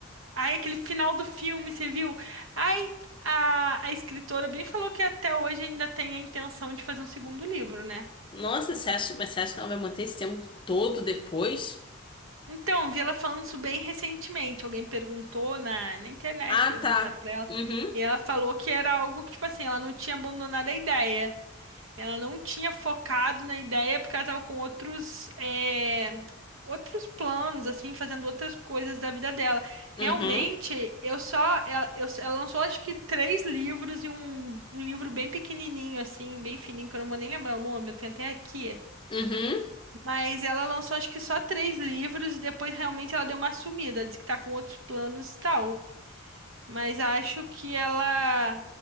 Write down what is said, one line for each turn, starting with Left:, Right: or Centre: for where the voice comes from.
Right: Aí, aquele final do filme, você viu? Ai, a, a escritora bem falou que até hoje ainda tem a intenção de fazer um segundo livro, né?
Left: Nossa, você acha, mas você acha que ela vai manter esse tempo todo depois?
Right: Então, vi ela falando isso bem recentemente. Alguém perguntou na, na internet,
Left: Ah,
Right: perguntaram
Left: tá.
Right: pra ela.
Left: Uhum.
Right: E ela falou que era algo que, tipo assim, ela não tinha abandonado a ideia. Ela não tinha focado na ideia porque ela tava com outros, é, outros planos, assim, fazendo outras coisas da vida dela. Realmente,
Left: Uhum.
Right: eu só. Ela, eu, ela lançou, acho que, três livros e um, um livro bem pequenininho, assim, bem fininho, que eu não vou nem lembrar o nome, eu tenho até aqui.
Left: Uhum.
Right: Mas ela lançou acho que só três livros e depois realmente ela deu uma sumida, diz que tá com outros planos e tal. Mas acho que ela.